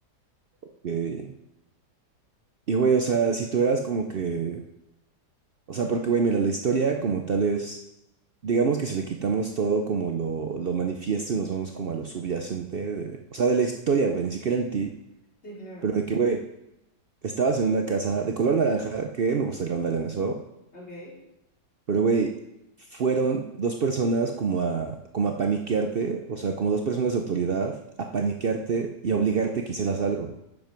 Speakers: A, on the right (about 70°); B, on the left (about 40°).
A: ok. Y güey, o sea, si tú eras como que... O sea, porque güey, mira, la historia como tal es... Digamos que si le quitamos todo como lo, lo manifiesto y nos vamos como a lo subyacente de- o sea, de la historia, güey, ni siquiera en ti,
B: Sí, claro.
A: pero de que, güey, Estabas en una casa de color naranja, que me gustaría ahondar en eso,
B: Ok.
A: pero güey, fueron dos personas como a, como a paniquearte, o sea, como dos personas de autoridad, a paniquearte y a obligarte que hicieras algo.